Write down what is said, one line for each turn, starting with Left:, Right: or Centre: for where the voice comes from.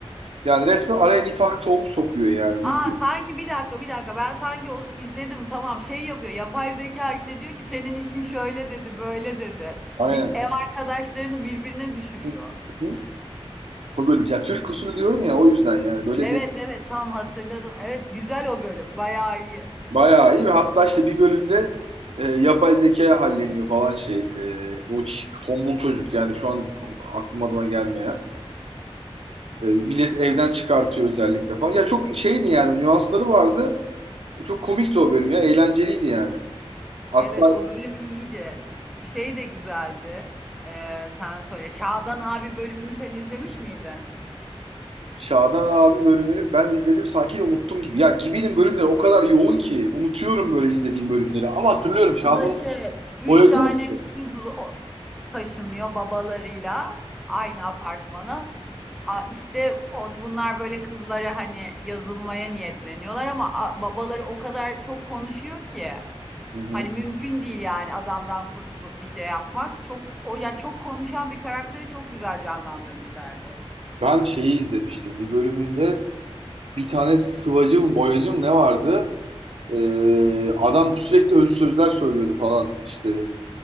Right: Yani resmen araya nifak tohumu sokuyor yani.
Centre: Aa
Right: Bütün,
Centre: sanki bir dakika bir dakika ben sanki onu izledim tamam şey yapıyor yapay zeka işte diyor ki senin için şöyle dedi böyle dedi
Right: aynen.
Centre: bir ev arkadaşlarını birbirine düşürüyor.
Right: Hı hı. O bölüm. Yani Türk usulü diyorum ya o yüzden yani böyle
Centre: Evet
Right: bir
Centre: evet tam hatırladım evet güzel o bölüm bayağı iyi
Right: Bayağı iyi ve hatta işte bir bölümde e, yapay zekaya halleniyor falan şey. E, o ç- tombul çocuk yani şu an aklım adıma gelmeyen. E, millet evden çıkartıyor özellikle falan. Ya çok şeydi yani nüansları vardı. E, Çok komikti o bölüm ya. Eğlenceliydi yani. Hatta
Centre: evet o bölüm iyiydi şey de güzeldi Ee, sen söyle Şadan abi bölümünü sen izlemiş miydin?
Right: Şadan abi bölümünü ben izledim sanki de unuttum gibi. Ya Gibi'nin bölümleri o kadar yoğun ki unutuyorum böyle izlediğim bölümleri. Ama hatırlıyorum Şadan
Centre: Onda şey Üç
Right: boyacı
Centre: tane
Right: mıydı?
Centre: kız o- taşınıyor babalarıyla aynı apartmana. A, işte o, bunlar böyle kızlara hani yazılmaya niyetleniyorlar ama a, babaları o kadar çok konuşuyor ki
Right: Hı hı.
Centre: hani mümkün değil yani adamdan kurtulup bir şey yapmak. Çok o ya çok konuşan bir karakteri çok güzel canlandırmışlardı.
Right: Ben şeyi izlemiştim. Bir bölümünde bir tane sıvacı mı boyacı mı ne vardı? Ee, adam sürekli özlü sözler söylüyordu falan işte.